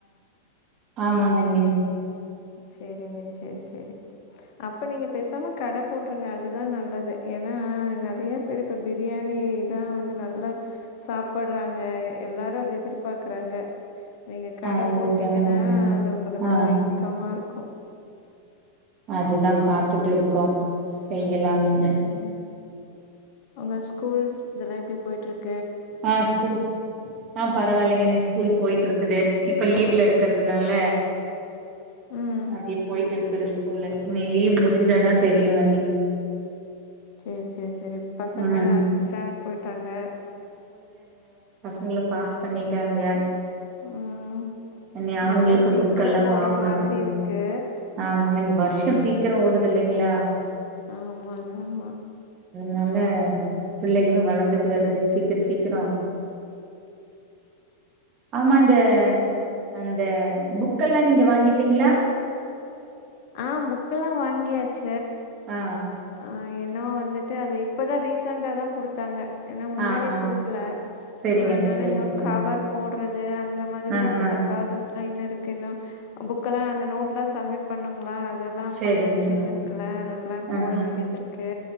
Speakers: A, on the right; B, on the left.
A: ஆமாங்கண்ணி
B: சேரிண்ணே சேரி சேரி அப்ப நீங்க பேசாம கடை போட்ருங்க அதுதா நல்லது ஏன்னா நெறைய பேரு இப்ப பிரியாணிதா வந்து நல்லா சாப்பட்றாங்க எல்லாரு அத எதிர்பாக்குறாங்க நீங்க கட
A: ஆ அதுதாங்க
B: போட்டீங்கன்னா
A: அண்ணி
B: அது உங்களுக்கு
A: ஆ
B: ஒரு இன் ஆமா இருக்கு
A: அதுதான் பாத்துட்டு இருக்கோம் செய்யலாம்னு
B: சேரி சேரி உங்க ஸ்கூல் இதெல்லா எப்டி போயிட்ருக்
A: ஆஹ் ஸ்கூல் ஆஹ் பரவால்லைங்க இன்னைக்கி ஸ்கூல் போயிட்ருக் இருக்குது இப்ப லீவ்ல இருக்கறிறதுனால
B: ம்
A: அப்டியே போயிட்டிருக் இது ஸ்கூலு இனி லீவ் முடிஞ்சாதா தெரியுங்க அண்ணி
B: ச்சேரி ச்சேரி சரி பசங்கள்லா
A: ம்
B: அடுத்த ஸ்டாண்டர்ட் போயிட்டாங்க
A: பசங்களை பாஸ் பண்ணிட்டானுங்க
B: ம்
A: இனி அவனுகளுக்கு
B: எல்லா சீக்கிர
A: புக் எல்லாம்
B: போற
A: வாங்கணு
B: மாதிரி இருக்கு
A: ஆமாங்க இனி வருஷோ சீக் சீக்கிரம் ஓடுது இல்லைங்ளா
B: ஆமாங்க ஆமா
A: னால பிள்ளைகளு வளந்துட்டு வருது சீக்கிர சீக்கிர ஆமா இந்த <unintelligible> அந்த புக்கெல்லா நீங்க வாங்கிட்டீங்களா
B: ஆஹ் புக் எல்லாம் வாங்கியாச்சு
A: ஆ
B: ட்டு ஆஹ் இன்னு வந்துட்டு அது இப்பதா ரீசண்டாதா குடுத்தாங்க ஏன்னா முன்னாடியே
A: ஆ ஆ
B: குடுக்கல
A: செரிங்க
B: அதனால
A: அண்ணி செரிங்க
B: இன்னு
A: அண்ணி
B: கவர் போடுற இது அந்த மாதிரி
A: ஆ
B: சில
A: ஆ
B: ப்ராசஸ் <unintelligible> க்கு இன்னு புக் எல்லா அந்த நோட் ப்ளஸ் தமிழ் பண்ணுங்களா அதெல்லா
A: செரிங்க
B: பண்ண வேண்டியது
A: அண்ணி
B: இருக்குல்ல அதுக்கெல்லா
A: ஆ
B: போட
A: ஆ
B: வேண்டியது இருக்கு